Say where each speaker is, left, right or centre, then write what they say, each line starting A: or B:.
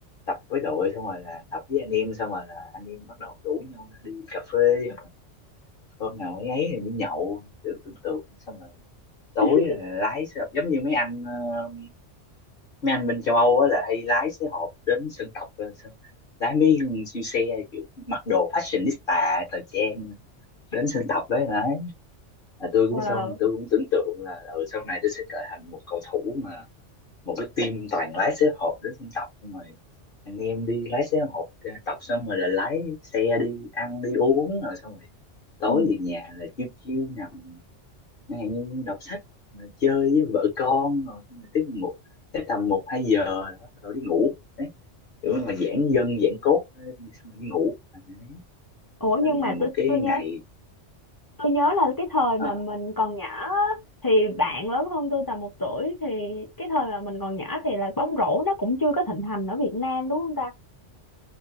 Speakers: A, on the left; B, on the left.
A: tập với đội xong rồi là tập với anh em xong rồi là anh em bắt đầu rủ nhau ra đi cà phê hôm nào ấy ấy thì đi nhậu tưởng tưởng tượng xong rồi tối
B: <laughs>
A: là lái xe hộp giống như mấy anh ờ, mấy anh bên châu Âu á là hay lái xe hộp đến sân tập ờ, sân, lái mấy con siêu xe kiểu mặc đồ fashionista thời trang đến sân tập đấy đấy là tôi
B: Wow.
A: cũng xong tôi cũng tưởng tượng là ừ, sau này tôi sẽ trở thành một cầu thủ mà một cái team toàn lái xế hộp đến sân tập xong rồi anh em đi lái xế hộp ra tập xong rồi là lái xe đi ăn đi uống rồi xong rồi tối
B: Ừ.
A: về nhà là chiêu chiêu nằm chẳng hạn như đọc sách rồi chơi với vợ con rồi, xong rồi tiếp ngủ tới tầm một hai giờ đó rồi đi ngủ đấy kiểu mà giãn dân giãn cốt đi xong rồi đi ngủ À, đấy.
B: Ủa
A: Thành
B: nhưng mà tôi
A: một cái
B: tôi nhớ
A: ngày
B: tôi nhớ là cái thời
A: ờ,
B: mà mình còn nhỏ á, thì bạn lớn hơn tôi tầm một tuổi thì cái thời mà mình còn nhỏ thì là bóng rổ nó cũng chưa có thịnh hành ở Việt Nam đúng không ta?